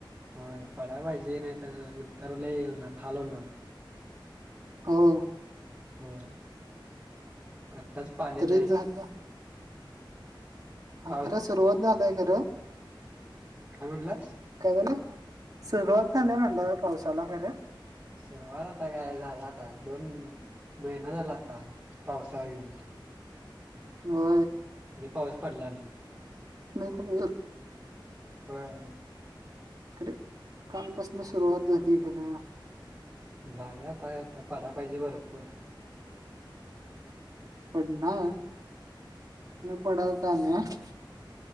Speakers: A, on the right; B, on the right.
A: होय पडायला पाहिजे नाही तर नंतर ल होणार हाल होणार.
B: हो
A: होय आत्ताच पाणी
B: तरी
A: नाय
B: झालं हा
A: पाऊस
B: खरा सुरुवात झालंय खरं.
A: काय म्हणलास?
B: काय झालं सुरुवात झाल्या म्हटलं तर पावसाला खरं
A: सुरवात आता काय झाला आता दोन महिना झाला. आता पावसाळा येऊन.
B: हो
A: तरी पाऊस पडला नाही.
B: <unintelligible>
A: व्हय
B: खरे कालपासून सुरुवात झाली खर
A: झाल्या आता आता पडा पाहिजे भरपूर.
B: पडणार, पडल का नाय?